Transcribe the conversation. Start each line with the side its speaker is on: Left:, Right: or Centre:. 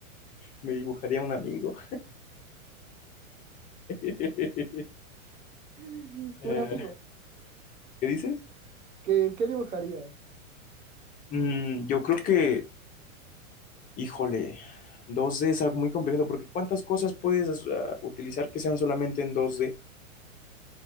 Left: me dibujaría un amigo. <laughs>
Right: <laughs>
Left: Eh,
Right: Un amigo.
Left: ¿qué dices?
Right: ¿Qué, qué dibujarías?
Left: Mm, yo creo que Híjole, dos d es algo muy complejo porque ¿cuántas cosas puedes ah, utilizar que sean solamente en dos d